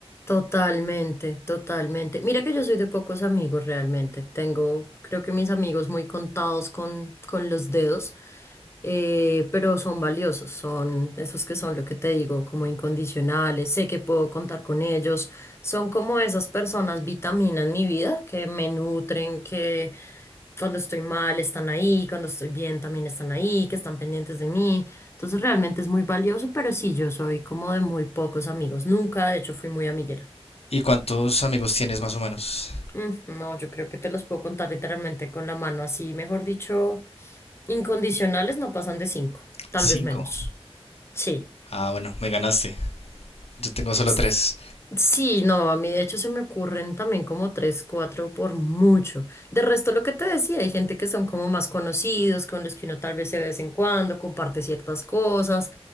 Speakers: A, on the left; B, on the left.
A: Totalmente, totalmente. Mira que yo soy de pocos amigos realmente. Tengo, creo que mis amigos muy contados con, con los dedos, eh, pero son valiosos, son esos que son lo que te digo, como incondicionales. Sé que puedo contar con ellos. Son como esas personas vitaminas en mi vida que me nutren, que cuando estoy mal están ahí, cuando estoy bien también están ahí, que están pendientes de mí. Entonces realmente es muy valioso, pero sí, yo soy como de muy pocos amigos. Nunca, de hecho, fui muy amiguera.
B: ¿Y cuántos amigos tienes más o menos?
A: Mm, no, yo creo que te los puedo contar literalmente con la mano, así, mejor dicho, incondicionales no pasan de cinco, tal
B: Cinco.
A: vez menos. Sí.
B: Ah, bueno, me ganaste. Yo tengo solo
A: Ps-
B: tres.
A: Sí, no, a mí de hecho se me ocurren también como tres, cuatro por mucho. De resto, lo que te decía, hay gente que son como más conocidos, con los que uno tal vez se ve de vez en cuando, comparte ciertas cosas,